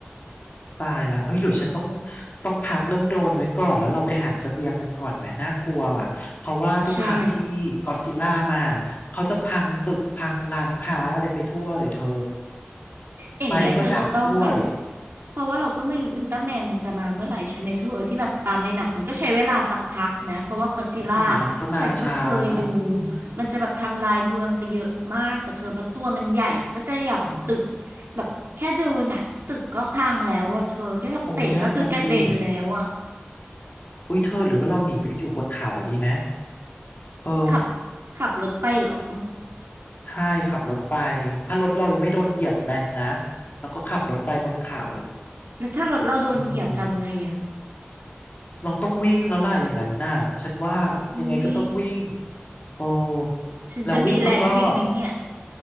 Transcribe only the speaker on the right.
ใช่
อย่างเงี้ยเธอจะต้องแบบ
เพราะว่าเราก็ไม่รู้อุลตร้าแมนมันจะมาเมื่อไหร่ใช่ไหมเธอที่แบบตามในหนังมันก็ใช้เวลาสักพักนะเพราะว่าก็อดซิลล่า
ฉันก็เคยดู
มันจะแบบทำลายเมืองไปเยอะมากกับเธอเพราะตัวมันใหญ่แล้วก็จะหยับตึก
แบบแค่เดินอ่ะตึกก็พังแล้วอ่ะเธอแค่แบบเตะก็คือกระเด็นแล้วอ่ะ
ขับขับรถไปเหรอ
แล้วถ้ารถเราโดนเหยียบทำไงอ่ะ
อุ้ย
ฉันจะมีแรงวิ่งไหมเนี่ย